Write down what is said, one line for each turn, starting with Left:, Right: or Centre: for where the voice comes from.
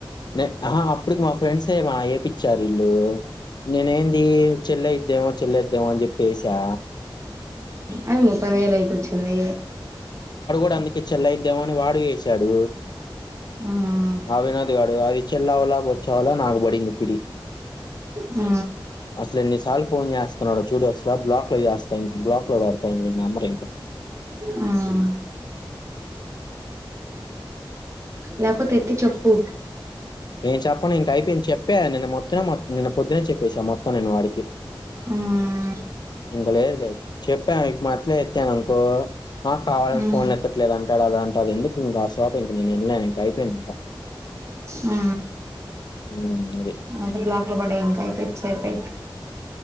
Left: నెట్ న ఆహా అప్పడికి మా ఫ్రెండ్స్ ఏమ ఏపిచ్చారు ఇల్లు నేనేం మ్మ్ చెల్ అయిద్దెమో చెల్ అయిద్దెమో చెప్పేసా
Right: అవి ముప్పై వేలు అయిక వచ్చింది
Left: క అందుకి చెల్లయి దమని వాడు వేసాడు
Right: మ్మ్
Left: అ వినోద్ గాడు అది చెల్లవళ వోచ్చా ఆవళ్ళ నాకు పడింది పిడి
Right: ఆ
Left: అసల ఏన్నిసార్లు ఫోన్ చేస్తున్నాడో చూడు వస్ స బ్లాక్లై చేస్తా ఇంక్ బ్లాక్ ఇతా నమరంకా
Right: మ్మ్ లేపోతే ఎత్తి చెప్పు
Left: నేను చెప్పను ఇంక అయిపోయింది చెప్పా నిన్న మొత్తం నిన్న పొద్దునే చెప్పేసా మొత్తం నేను వాడికి
Right: మ్మ్
Left: ఇంక లేద్ లేద్ చెప్పా మీకు మాట్లే ఇచ్చానుంత పో ఆ కావాలని
Right: మ్మ్
Left: ఫోన్ ఎత్తట్లేదు అంటాడు అద అంటే అది ఎందుకు ఇంకా ఆ శాప ఇంక నేను వెళ్ళినను ఇంక అయిపోయింది ఇంకా
Right: ఆ
Left: ఉన్ మరి
Right: అ బ్లాక్ లో పడే ఇంకా అయితే ప పయి